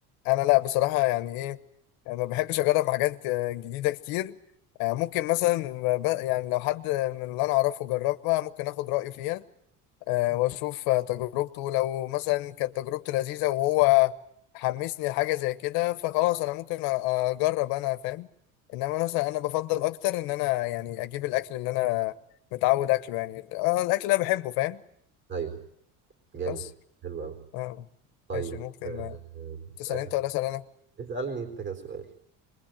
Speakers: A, on the left; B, on the right.
A: انا لا بصراحه يعني ايه انا ما بحبش اجرب حاجات آه، جديده كتير آه، ممكن مثلا ب- يعني لو حد من اللي انا اعرفه جربها ممكن اخد رايه فيها آه، واشوف آه، تجربته لو مثلا كانت تجربته لذيذه وهو حمسني لحاجه زي كده فخلاص انا ممكن أ- اجرب انا فاهم انما مثلا انا بفضل اكتر ان انا يعني اجيب الاكل اللي انا متعود اكله يعني آه، الاكل اللي انا بحبه فاهم
B: ايوه جامد
A: بس
B: حلو قوي
A: اه
B: طيب
A: ماشي ممكن
B: آه،
A: آه، تسال
B: اسالني
A: انت ولا اسال انا
B: اسالني انت كده سؤال